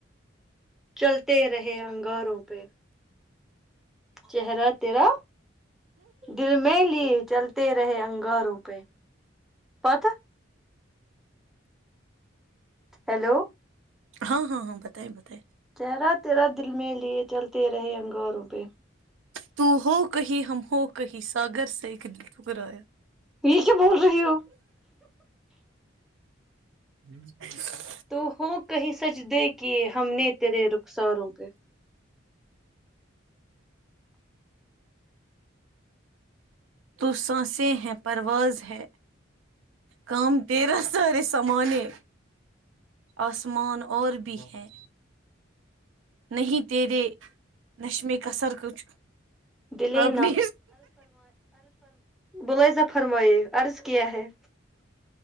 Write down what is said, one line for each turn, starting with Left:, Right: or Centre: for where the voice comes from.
Centre: چلتے رہے انگاروں پہ چہہرہ تیرا دل میں لی چلتے رہے انگاروں پہ پت ہیلو
Right: ہاں ہاں ہاں بتائییں بتائےیں
Centre: تیرا تیرا دل میں لیے چلتے رہے انگاروں پہ
Right: تو ہو کہیں ہم ہو کہیں ساگر سے ایک دل ٹھکرایا
Centre: یہش بول رہی ہو
Right: ہ
Centre: تو ہوں کہیں سج دے کہ ہم نے تیرے رخساروں پہ
Right: تو سانسیں ہیں پرواز ہے کام کی تیرہ سار سامانے آسمان اور بھی ہے نہیں تیرے نہش میں کثر کچھ
Centre: دلے
Right: آپ نے
Centre: بلز فرمائیے ارض کیا ہے